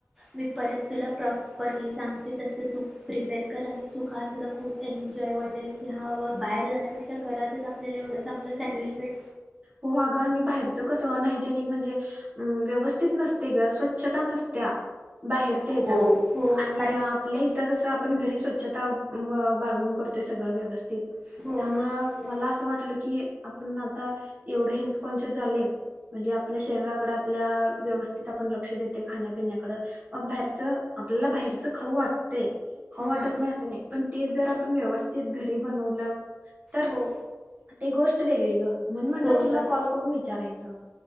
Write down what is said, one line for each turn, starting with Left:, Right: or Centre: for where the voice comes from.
Centre: मी परत तुला प्रॉपरली सांगते तस तू प्रिपेअर कर आणि तू खा तुला खूप एन्जॉय वाटेल की हा बाबा बाहेर जाण्यापेक्षा घरातच आपल्याला एवढं चांगलं सँडविच भेट
Right: हो अगं आणि बाहेरचं कसं अनहायजेनिक म्हणजे हम्म, व्यवस्थित नसतयं गं स्वच्छता नसत्या बाहेरच्या हेच्यात
Centre: हो हो
Right: आणि
Centre: कारण
Right: लय इथं कसं आपण घरी स्वच्छता ब-बाळगून करतोय सगळं व्यवस्थित
Centre: हो
Right: त्यामुळ
Centre: बरोबर बोल
Right: मला असं वाटलं की आपण आता एवढं हेल्थ कॉन्शयस झालोय म्हणजे आपल्या शरीराकड आपल्या व्यवस्थित आपण लक्ष देतोय खाण्यापिण्याकड अं बाहेरच आपल्याला बाहेरचं खाऊ वाटतंय खाऊ वाटत
Centre: हा
Right: नाही असं नाही पण ते जर आपण व्यवस्थित घरी बनवलं तर
Centre: हो
Right: ते गोष्ट वेगळी गं म्हणून म्हणलं
Centre: हो
Right: तुला
Centre: बरोबर
Right: कॉल करून विचारायचं.